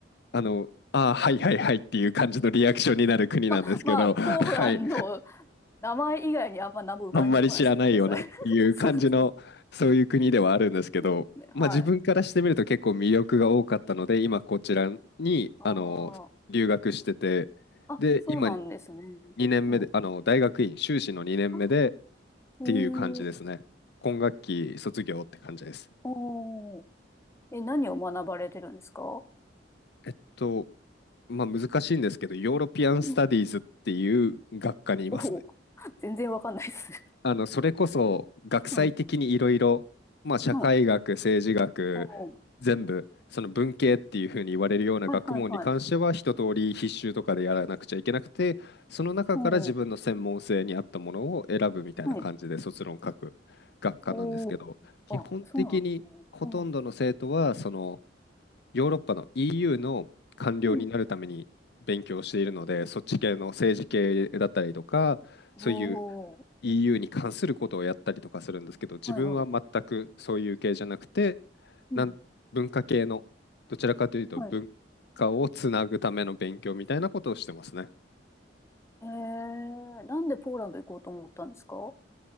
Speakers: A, on the left; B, on the left.
A: あの、ああ、はいはいはいっていう感じのリアクションになる国なんですけど、
B: <laughs> まあ、ポーランド、
A: <laughs> はい、
B: 名前以外にあんま何も浮かんでこないですね。
A: あんまり知らないよなっていう感じの、
B: ごめんなさい。<laughs> そうですね。
A: そういう国ではあるんですけど、
B: そうですね。
A: まあ自分からしてみると結構魅力が多かったので、
B: はい。
A: 今こちらに、
B: ああ。
A: あの、留学してて、
B: あ、
A: で、
B: そうなんですね。
A: 今2年目で、
B: うん。
A: あの、大学院修士の2年目でっ
B: あ、へえ。
A: ていう感じですね。今学期卒業って感じです。
B: おー。え、何を学ばれてるんですか
A: えっと、まあ難しいんですけど、ヨーロピアン・
B: うん。
A: スタディーズっていう学科にいますね。
B: おー。<laughs> 全然わかんないです。
A: あの、それこそ学際的にいろいろ、
B: <laughs> うん。
A: まあ、社会学、
B: うん。
A: 政治学、
B: おー。
A: 全部、その文系っていうふうに言われるような学問に関しては、
B: はいはいはい。
A: 一通り必修とかでやらなくちゃいけなくて、その中から自分の専門性に合ったものを選ぶみたいな感じで卒論書く学科なんですけど、
B: おー。はい。おー。
A: 基本的にほとんどの生徒は、
B: あ、そうなんですね。うん。
A: そのヨーロッパの EU の官僚になるために勉強しているので、
B: うん。
A: そっち系の政治系だったりとか、そういう
B: おー。
A: EU に関することをやったりとかするんですけど、自分は全くそういう系じゃなくて、
B: はいはい。うん。
A: なん文化系の、どちらかというと文化をつなぐための勉強みたいなことをしてますね。
B: はい。えー、なんでポーランド行こうと思ったんですかは